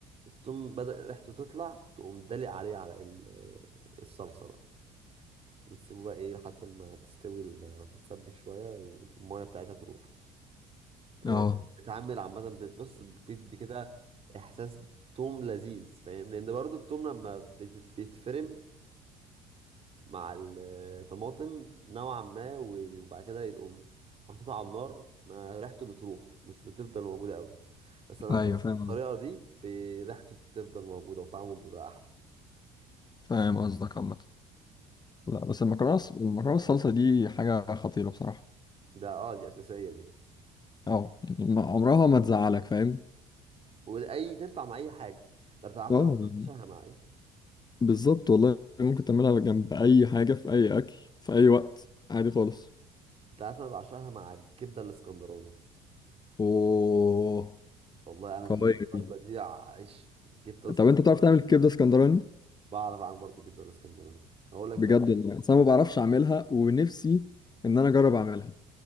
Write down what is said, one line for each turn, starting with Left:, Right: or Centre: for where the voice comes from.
Right: التوم بدأ ريحته تطلع تقوم دلق عليه على ال- آه، الصلصه بقى وتسيبه بقى ايه لحد ما تستوي ال- وتتسبك شويه والميه بتاعتها تروح آه،
Left: اه
Right: بتعمل عامة بتبص بتدي كده إحساس توم لذيذ فاهم لأن برضو التوم لما بت- بيتفرم مع الطماطم نوعا ما و- وبعد كده يقوم محطوط على النار ما ريحته بتروح مش بتفضل موجودة أوي بس لما
Left: ايوه
Right: بتعمل
Left: فاهم
Right: بالطريقة
Left: قصدك
Right: دي ب- ريحته بتفضل موجودة وطعمه بيبقى أحلى
Left: فاهم قصدك عامة لا بس المكرونه الص- المكرونه الصلصه دي حاجه خطيره بصراحه
Right: ده اه دي أساسية دي
Left: اه يعني ما- عمرها ما تزعلك فاهم
Right: وأي تنفع مع أي حاجة طب أنت عارف
Left: اه
Right: أنا بعشقها
Left: يعني
Right: مع إيه؟
Left: بالظبط والله ممكن تعملها جنب اي حاجة في اي اكل في اي وقت عادي خالص
Right: أنت عارف أنا بعشقها مع الكبدة الإسكندراني
Left: اوه
Right: والله انا
Left: قويه
Right: بالنسبه لي
Left: دي
Right: الوجبه دي عيش الكبده اسكندراني
Left: طب انت بتعرف تعمل كبده اسكندراني
Right: بعرف اعمل برضه الكبده الاسكندراني هقول لك
Left: بجد
Right: بتعمل
Left: والله أصل انا ما بعرفش اعملها ونفسي ان انا اجرب اعملها